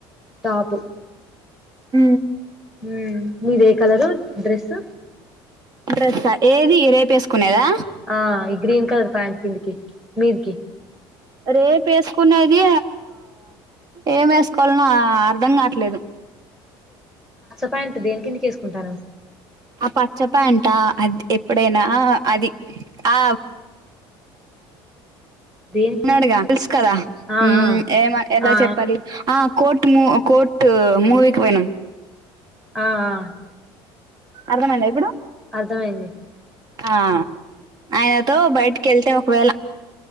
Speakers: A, in the centre; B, on the right.
A: టాపు
B: ఊ
A: హ మీదే కలరు డ్రెస్
B: డ్రస్ ఏది రేపేసుకునేదా.
A: ఆ ఈ గ్రీన్ కలర్ ప్యాంట్ కిందికి మీదికి
B: రేపు వేసుకునేది ఏం వేసుకోవాలన అర్ధం కావట్లేదు
A: ప్యాంట దని కిందికి ఎస్కుంటారు
B: పచ్చ ప్యాంట్ ఆ అది ఎప్పుడైనా అది ఆ
A: దేనికి
B: డుగా తెలుసు కదా
A: ఆ ఆ
B: ఏమ ఎలా
A: ఆ
B: చెప్పాలి ఆ కోట్ మూ కోట్టు మూవికి పోనినం
A: ఆ ఆ
B: అర్థమైంద ఇప్పుడు
A: అర్థమయింది
B: ఆ అయనతో బయటకెళ్తే ఒకవేళ